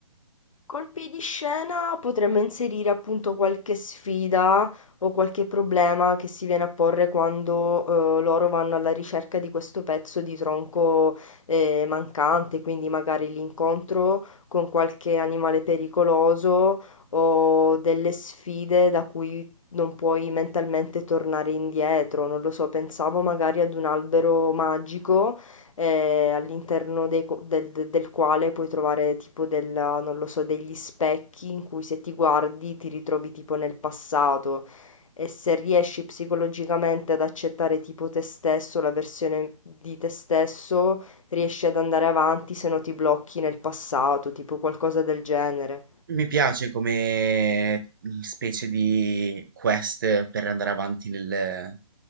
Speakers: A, on the left (about 65°); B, on the right (about 35°).
A: Colpi di scena potremmo inserire appunto qualche sfida o qualche problema che si viene a porre quando eh, loro vanno alla ricerca di questo pezzo di tronco eh, mancante, quindi magari l'incontro con qualche animale pericoloso o delle sfide da cui non puoi mentalmente tornare indietro. Non lo so, pensavo magari ad un albero magico eh, all'interno dei co- del, de- del quale puoi trovare tipo della, non lo so, degli specchi in cui se ti guardi ti ritrovi tipo nel passato e se riesci psicologicamente ad accettare tipo te stesso, la versione di te stesso, riesci ad andare avanti, se no ti blocchi nel passato, tipo qualcosa del genere.
B: Mi piace come mm, specie di quest per andare avanti nel-